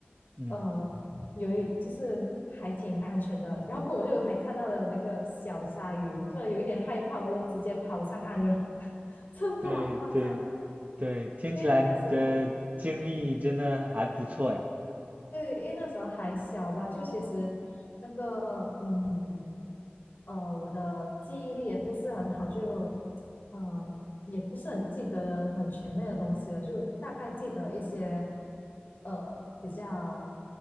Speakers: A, on the right (about 40°); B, on the left (about 55°).
A: 嗯，
B: 呃有一就是还挺安全的。然后过我就还看到了那个小鲨鱼，就有一点害怕，我就直接跑上岸了，<laughs> 真的好夸张。
A: 对对对，听起来你的经历真的还不错呀，
B: 因为那个时候，对，因为那时候还小吧，就其实那个嗯呃，我的记忆力也不是很好，就呃也不是很记得很全面的东西了，就大概记得一些呃比较